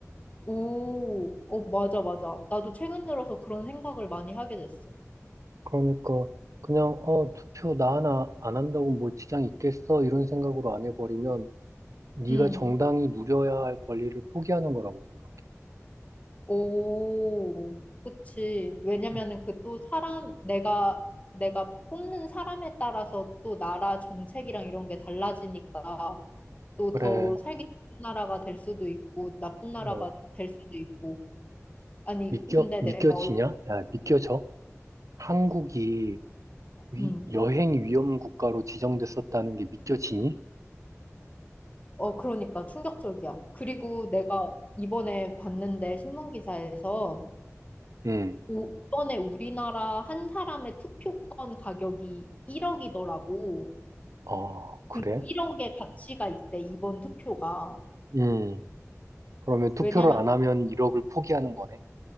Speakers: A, on the left (about 25°); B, on the right (about 75°).
A: 오, 어, 맞아, 맞아. 나도 최근 들어서 그런 생각을 많이 하게 됐어.
B: 그러니까, 그냥, 어, 투표 나 하나 안 한다고 뭐 지장 있겠어? 이런 생각으로 안 해버리면, 네가
A: 음,
B: 정당히 누려야 할 권리를 포기하는 거라고 생각해.
A: 오, 그치. 왜냐면은
B: 음.
A: 그 또 사람, 내가, 내가 뽑는 사람에 따라서 또 나라 정책이랑 이런 게 달라지니까 또
B: 그래,
A: 더 살기 좋은 나라가 될 수도 있고, 나쁜 나라가
B: 어,
A: 될 수도 있고. 아니,
B: 믿겨,
A: 근데
B: 믿겨지냐?
A: 내가, 얼-
B: 야, 믿겨져? 한국이 위-
A: 음,
B: 여행 위험 국가로 지정됐었다는 게 믿겨지니?
A: 어, 그러니까 충격적이야. 그리고 내가 이번에 봤는데 신문 기사에서
B: 응.
A: 오- 이번에 우리나라 한 사람의 투표권 가격이 1억이더라고.
B: 어, 그래?
A: 그러니까 1억의 가치가 있대, 이번 투표가.
B: 음. 그러면 투표를
A: 왜냐면,
B: 안 하면 1억을 포기하는 거네.